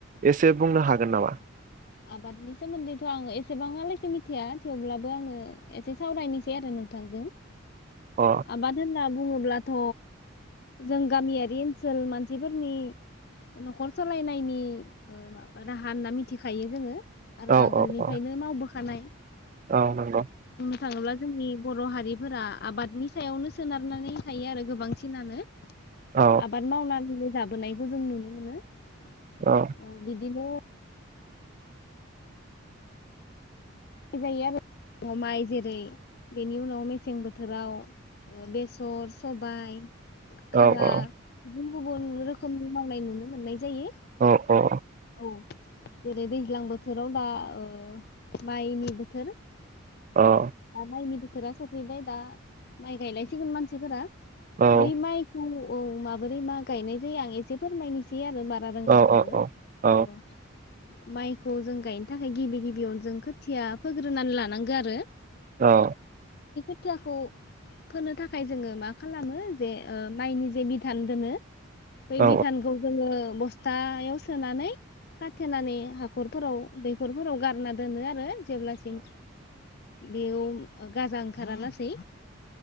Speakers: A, on the right; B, on the left.
A: एसे बुंनो हागोन नामा?
B: आबादनि सोमोन्दैथ' आङो एसेबाङालासे मिथिया थेवब्लाबो आङो एसे सावरायनोसै आरो नोंथांजों
A: अ
B: आबाद होनना बुङो ब्लाथ' जों गामियारि ओनसोल मानसिफोरनि न'खर सालायनि ओ मा राहा होनना मि होखायो जोङो आरो
A: औ
B: आगोलनिफ्रायनो
A: औ औ
B: मावबोखा खानाय
A: औ नंगौ
B: थाङोब्ला जोंनि बर' हारिफोरा आबादनि सायावनो सोनारनानै थायो आरो गोबांसिनानो
A: औ
B: आबाद मावनानैनो जाबोनायखौ जों नुनो मोनो अ
A: औ
B: बिदिनो माइ जायो आरो माइ जेरै बेनि उनाव मेसें बोथोराव ओ बेसर सबाय खाला
A: औ औ
B: गुबुन गुबुन रोखोमनि मावनाय नुनो मोननाय जायो
A: अ अ
B: औ जेरै दैज्लां बोथोराव दा ओ माइनि बोथोर आ
A: औ
B: माइनिबो बोथोरा सफैबाय दा माइ गायलायसिगोन मानसिफोरा
A: औ औ
B: बै माइखौ औ माबोरै मा गायनाय जायो आं एसे फोरमायनोसै आरो बारा रोङाब्लाबो
A: औ औ औ
B: अ माइखौ जों गायनो थाखाय गिबि गिबियावनो जों खो खुथिया फोग्रोनानै लानांगौ आरो
A: औ
B: खुथियाखौ फोनो थाखाय जोङो मा खालामो जे ओ माइनि जे बिधान दोनो बै
A: औ
B: मिथानखौ जोङो बस बसथायाव सोनानै खाथेनानै हाखरफोराव दैखरफोराव गारना दोनो आरो जेब्लासिम बेयाव गाजा ओंखारालासै